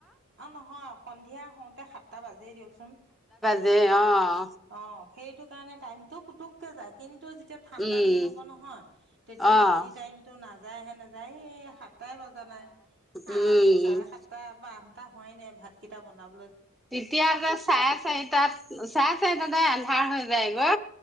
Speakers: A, on the right (about 55°); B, in the centre.
A: অ, নহয় সন্ধিয়া হওঁতে সাতটা বাজেই দিয়কচোন।
B: দেই অঅ
A: অ, সেইটো কাৰণে টাইমটো পুতুক কে যায়, কিন্তু? তেতিয়া ঠাণ্ডা
B: উম,
A: দিন হ'ব নহয় তেতিয়া
B: অ',
A: ৰাতি টাইমতটো নাযায়হে, নাযায়। এই সাতটাই বজা নাই আ,
B: উম,
A: চাৰে সাতটা বা আঠ টা, হোৱাই নাই ভাতকেইটা বনাব।
B: তেতিয়া যে চাৰে চাৰিটাত চাৰে চাৰিটা। তেতিয়া যে আন্ধাৰ হৈ যায় গ।